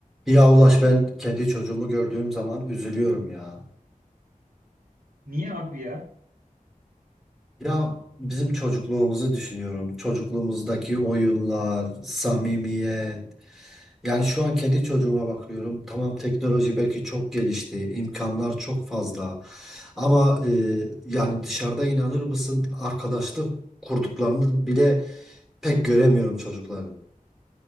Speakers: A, in the centre; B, on the right.
A: Ya Ulaş ben kendi çocuğumu gördüğüm zaman üzülüyorum ya.
B: Niye abi ya?
A: Ya bizim çocukluğumuzu düşünüyorum. Çocukluğumuzdaki oyunlar, samimiyet. Yani şu an kendi çocuğuma bakıyorum. Tamam teknoloji belki çok gelişti, imkanlar çok fazla. Ama e, yani dışarıda inanır mısın arkadaşlık kurduklarını bile pek göremiyorum çocukların.